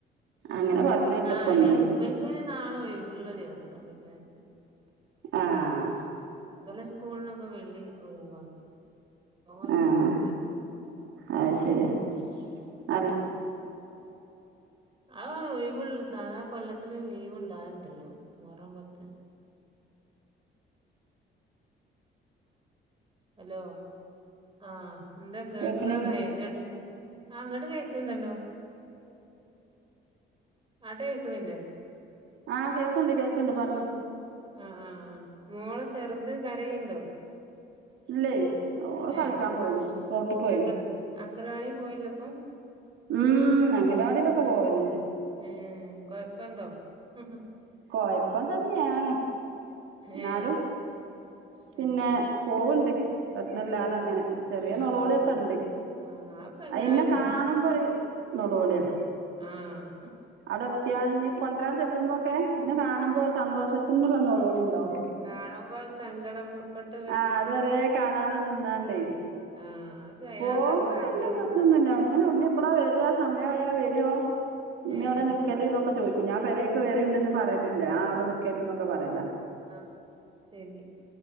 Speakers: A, on the right; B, on the right.
A: അങ്ങനെ പറഞ്ഞ് കേട്ട്
B: ആ
A: ഇപ്പം
B: അന്ഇബൽക്കന
A: ഇന്ന്
B: നാളെ ഒഴിവ് ഫ്രീയുള്ള ദിവസ വെള്ളിയാഴ്ച
A: ആഹ
B: ഇവലെ സ്കൂളിനൊക്കെ വെള്ളി ഒഴിവ ആ കൊയപ്പണ്ടാവൂല
A: ആഹ് അത് ശരിയാ അല്ല
B: ഉ ആ ഒഴിവുള്ള സാധാ കൊല്ലത്തില് ഒരു ലീവ് ഉണ്ടാവലുണ്ടായിരുന്നു വേറെന്നുല്ല ഹലോ ആഹ എന്താ കേൾക്കാനയോ
A: കേക്കണില്ലേ
B: അതിന്റെടയിൽ ആ ഇങ്ങട്ട് കേക്കണ്ടല്ലോ അങ്ങട്ട് കേക്കണില്ലേ
A: ആഹ് കേക്കണ്ട് കേക്കണ്ട് പറഞ്ഞോ
B: ആ ആഹ് മോളെ ചെറുത് കരയുണ്ടോ
A: ഇല്ലേ ഓള്
B: ആ
A: കളിക്കാൻ പോയിണ് റോട്ട്ക്ക് പോയിണ്
B: അംഗ അംഗനവാടി പോയല്ലപ്പം
A: ഉം അംഗനവാടിയിലൊക്കെ പോവലുണ്ട്
B: ഉം കൊഴപ്പണ്ടോ ഉം ഉം
A: കൊഴപ്പം തന്നെയാണ് എന്നാലും
B: ഏ
A: പിന്നെ
B: അയ്ശരി
A: പോവണ്ട് പ്രശ്നല്ലാതെ
B: അയ്ശരി
A: അങ്ങനെ ചെറിയ നോലോളിയൊക്കെ
B: ആഹ്
A: ഉണ്ട്
B: ആഹ് അത്പ്പ എങ്ങനായാലും
A: അയിന്നെ കാണുമ്പോരൂ നോളോളിയാ
B: ആഹ
A: അവിടെ എത്തിയാൽ കൊണ്ടുവരാൻ ചെല്ലുമ്പോൊക്കെ എന്നെ കാണുമ്പോ സന്തോഷത്തിന്റെള്ള നളോളിണ്ടാവും
B: കാണുമ്പോൾ സങ്കടംപ്പെട്ട
A: ആ അതുവരെ കാണാതെ നിന്നാണ്ടേ
B: ആഹ് അത് അതിനാത്രല്ലേ
A: പോകുമ്പോ
B: ആയിട്ടുള്ളൂ
A: വല്ല പ്രശ്നംന്നില്ല അങ്ങനെ ഉമ്മ എപ്പഴാ വ വരാ സമയയാൽ വരോ ഇമ്മയോടെ
B: ഏഹ്
A: നൽക്കല എന്നൊക്കെ ചോയിക്കും ഞാൻ പരക്കക്ക് വണ്ടന്ന് പറ പറലില്ലല്ല ആ അവിടെ നിക്കക്കല്ലന്നൊക്കെ പറയല
B: ആഹ ശരി